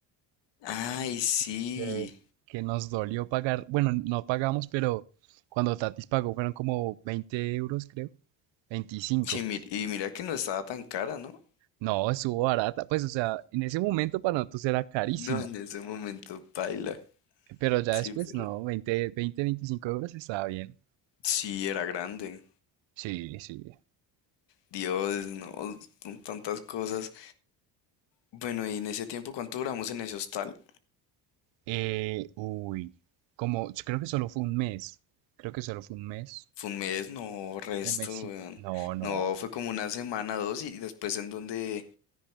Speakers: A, on the left; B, on the right.
A: Ay, sí.
B: Sí, que, que nos dolió pagar, bueno, no pagamos, pero cuando Tatis pagó fueron como 20 euros, creo, 25.
A: Sí, mi- y mira que no estaba tan cara, ¿no?
B: No, estuvo barata, pues, o sea, en ese momento para nosotros era carísima,
A: No, en ese momento, paila.
B: pero ya
A: Sí,
B: después,
A: pero...
B: no, 20, 20, 25 euros estaba bien.
A: Sí, era grande.
B: Sí, sí.
A: Dios, no, son tantas cosas. Bueno, y en ese tiempo, ¿cuánto duramos en ese hostal?
B: Eh, uy, como, yo creo que solo fue un mes, creo que solo fue un mes,
A: Fue un mes, no, resto,
B: un mes y,
A: weón.
B: no, no,
A: No, fue como una semana, dos, y después en donde...